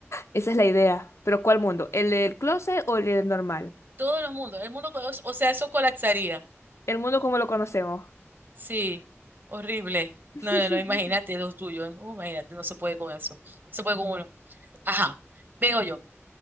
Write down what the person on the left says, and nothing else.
Esa es la idea. Pero ¿cuál mundo? ¿El del closet o el del normal?
El mundo como lo conocemos.
<laughs>